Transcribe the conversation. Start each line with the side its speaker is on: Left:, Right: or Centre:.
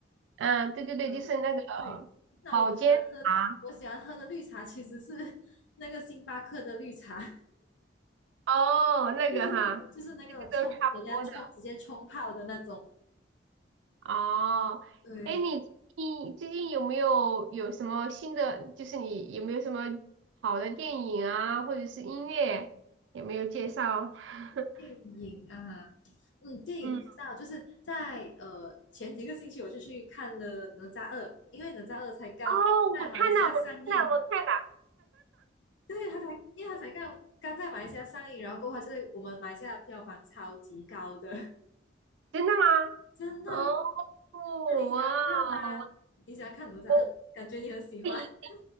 Right: 嗯，对对对，
Left: 喝的，
Right: 就是那个呃保健茶
Left: 对。那我喜欢喝，我喜欢喝的绿茶其实是 <laughs> 那个星巴克的绿茶，
Right: 哦，
Left: <laughs>
Right: 那个哈，
Left: 就是就是那个冲，
Right: 其实都差不多的。
Left: 人家冲直接冲泡的那种。
Right: 哦，
Left: 对，
Right: 哎，你你最近有没有有什么新的？就是你有没有什么好的电影啊，或者是音乐，有没有介绍？<laughs>
Left: 电影啊，嗯，电影不知道，
Right: 嗯，
Left: 就是在呃前几个星期我就去看了《哪吒二》，因为《哪吒二》才刚在马来西亚上映。
Right: 哦，我看了，我看了，我看了，
Left: 对，他才，因为他才刚刚在马来西亚上映，然后过后他就是我们马来西亚的票房超级高的，
Right: <laughs> 真的吗？
Left: <laughs> 真的。
Right: 哦，哇
Left: 那你喜欢看啊？
Right: 哦，
Left: 你喜欢看哪吒二？
Right: 我我
Left: 感觉你很喜欢。
Right: 可以
Left: <laughs>